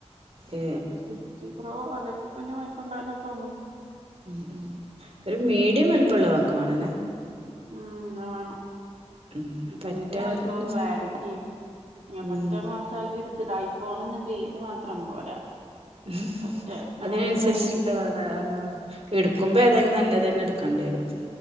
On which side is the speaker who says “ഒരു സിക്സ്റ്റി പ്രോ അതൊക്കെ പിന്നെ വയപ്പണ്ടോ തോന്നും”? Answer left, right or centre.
Right